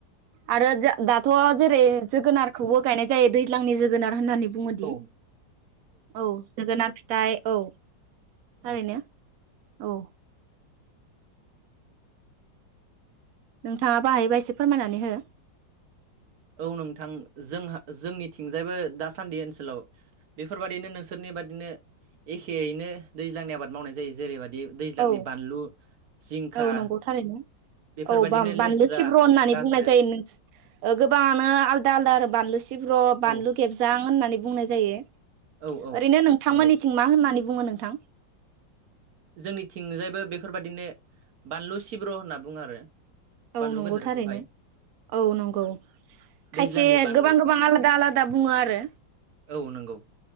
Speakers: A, on the right; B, on the right.
A: आरो दाथ' जेरै जोगोनारखौबो गायनाय जायो दैज्लांनि जोगोनार होननानै बुङोदि
B: औ
A: औ जोगोनार फिथ थाइ औ थारैनो
B: औ
A: औ‌। नोंथाङाबो हायोबा एसे फोरमायनानै हो।
B: औ नोंथां जोंहा जोंनिथिंजायबो दासान्दि ओनसोलाव बेफोरबायदिनो नोंसोरनि बादिनो एखेैयैनो दैज्लांनि आबाद मावनाय जायो जेरैबादि दै दैज्लांनि
A: औ
B: बानलु जिंखा
A: औ नंगौ थारैनो
B: बेफोरबायदिनो
A: औ बाम बानलु
B: लेस्रा
A: सिब्र' होननानै
B: काक्रेल
A: बुंनाय जायो। नोंस ओ गोबाङानो आलदा आलदा आरो बानलु सिब्र', बानलु
B: औ
A: गेबजां होननानै बुंनाय जायो।
B: औ औ
A: ओरैनो नोंथांमोननिथिं
B: नंगौ
A: मा होननानै बुङो नोंथां?
B: जोंनिथिंजायबो बेफोरबादिनो बानलु सिब्र' होनना बुङो आरो।
A: औ
B: बानलु
A: नंगौ
B: गोदोरखौहाय।
A: थारैनो औ नंगौ। खायसेगोबां
B: दैज्लांनि बानलु
A: गोबां आलादा आलादा बुङो आरो।
B: औ नंगौ।